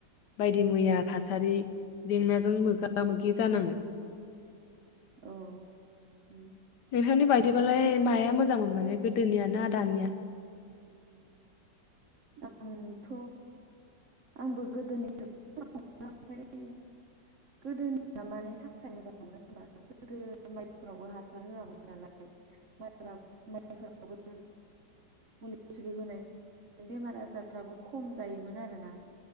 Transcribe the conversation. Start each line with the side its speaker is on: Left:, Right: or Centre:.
Left: बायदि मैया थासारि जेंना जों मोगा मोगि जानाङो।
Right: औ उम ।
Left: नोहानि बायदिबालाय माया मोजांमोन माने गोदोनिया ना दानिया
Right: आंथ आंबो गोदोनिफ्राय मोजां मोन ओमफ्राय गोदोनिया मानि थाखाय मोजां मोनो होनबा गोदो माइफोरावबो हासार होआमोन नालाय मा-माइफोराबो मुलि सुलि होनाय बेमार आजारफ्राबो खम जायोमोन आरोना।